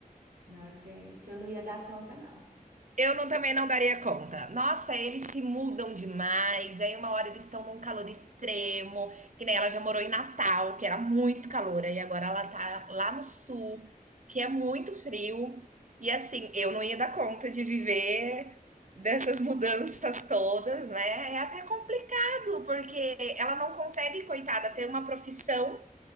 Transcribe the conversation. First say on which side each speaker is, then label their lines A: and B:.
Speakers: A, on the right (about 70°); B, on the right (about 55°).
A: Não, gente, eu não ia dar conta, não.
B: Eu não, também não daria conta. Nossa, eles se mudam demais. Aí uma hora eles estão num calor extremo, que nem ela já morou em Natal, que era muito calor, e agora ela tá lá no sul, que é muito frio. E assim, eu não ia dar conta de viver dessas mudanças todas, né? É até complicado, porque ela não consegue, coitada, ter uma profissão